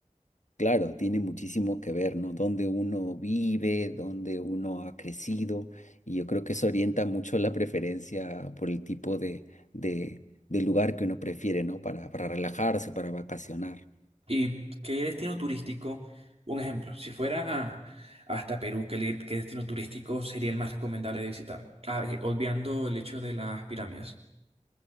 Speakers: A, on the left; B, on the right.
A: Claro, tiene muchísimo que ver, ¿no? Dónde uno vive, dónde uno ha crecido, y yo creo que eso orienta mucho la preferencia por el tipo de, de, de lugar que uno prefiere, ¿no? Para, para relajarse, para vacacionar.
B: ¿Y qué destino turístico? Un ejemplo, si fuera a- hasta Perú, ¿qué, le- qué destino turístico sería el más recomendable de visitar? Ah, eh, olvidando el hecho de las pirámides.